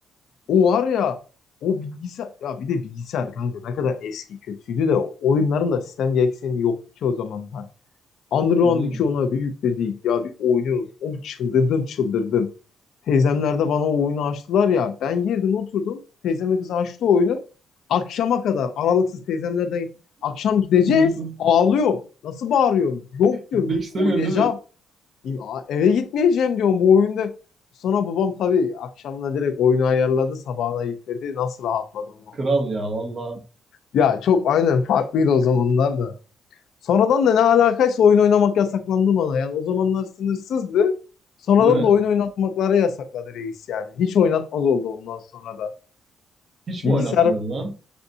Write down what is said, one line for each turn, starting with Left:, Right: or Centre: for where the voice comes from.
Left: o var ya o bilgisayar ya bir de bilgisayar kanka ne kadar eski kötüydü de oyunların da sistem gereksinimi yoktu ki o zamanlar. Underground
Right: Tabii canım.
Left: 2 ona bir yükledik. Ya bir oynuyoruz. Oğlum çıldırdım çıldırdım. Teyzemler de bana o oyunu açtılar ya. Ben girdim oturdum. Teyzeme kız açtı o oyunu. Akşama kadar aralıksız teyzemlerden akşam gideceğiz.
Right: Sınırsız.
Left: Ağlıyorum. Nasıl bağırıyorum? Yok diyorum
Right: Gitmek
Left: git
Right: istemiyorsun
Left: oynayacağım.
Right: değil mi?
Left: Ya Eve gitmeyeceğim diyorum bu oyunda. Sonra babam tabii akşamına direkt oyunu ayarladı. Sabahına yükledi. Nasıl rahatladım o
Right: Kral ya vallahi
Left: Ya çok aynen farklıydı o zamanlar da. Sonradan da ne alakaysa oyun oynamak yasaklandı bana. Yani o zamanlar sınırsızdı. Sonradan
Right: Değil mi?
Left: da oyun oynatmakları yasakladı reis yani. Hiç oynatmaz oldu ondan sonra da.
Right: Hiç
Left: Bilgisayar
Right: mi oynatmıyordun lan?